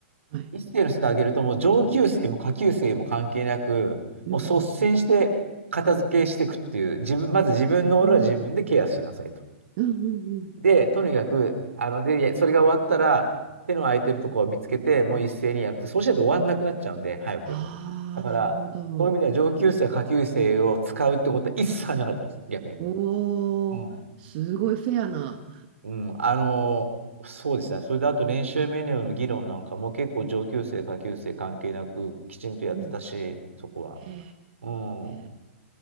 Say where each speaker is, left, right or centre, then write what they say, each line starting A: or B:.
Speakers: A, on the right (about 50°); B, on the right (about 90°).
A: はい。
B: 一世の世で上げると、もう上級生も下級生も関係なく、
A: うんうん。
B: もう率先して片付けしていくっていう、自分、まず自分の俺は自分でケアしなさいと。
A: おー、うんうんうん。
B: で、とにかく、あの、で、それが終わったら、手の空いてるところを見つけて、もう一斉にやるって、そうしないと終わんなくなっちゃうんで、早く。
A: ああ、
B: だから、
A: なるほど。
B: そういう意味では上級生、下級生を使うってことは一切なかったです、逆に。
A: おお、
B: うん。
A: すごいフェアな。
B: うん、あのそうですね。それであと練習メニューの議論なんかも結構上級生、下級生関係なくきちんとやってたし、
A: うん。
B: そこは。
A: へ
B: うん。
A: え。